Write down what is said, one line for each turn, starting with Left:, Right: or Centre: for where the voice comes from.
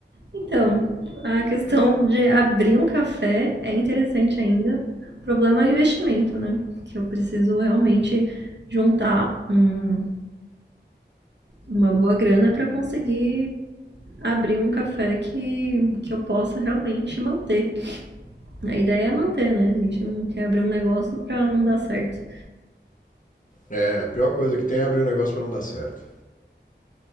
Right: Então, a questão de abrir um café é interessante ainda. O problema é o investimento, né? Que eu preciso realmente juntar um- uma boa grana para conseguir abrir um café que, que eu possa realmente manter. A ideia é manter, né? A gente não quer abrir um negócio para não dar certo.
Left: É, a pior coisa que tem é abrir um negócio pra não dar certo.